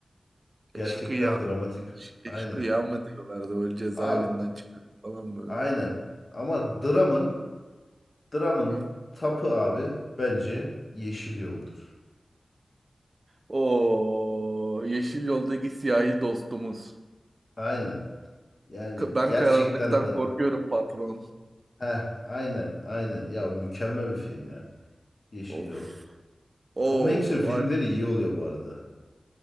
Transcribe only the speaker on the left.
Gerçekten
dramatik.
Aynen.
Abi
Aynen. Ama Dram'ın Dram'ın
tapı abi bence Yeşil Yol'dur.
Aynen. Yani
gerçekten
dram.
Heh, aynen, aynen. Ya mükemmel bir film ya. Yeşil
Yol.
Tom Hanks'in filmleri
iyi oluyor bu arada.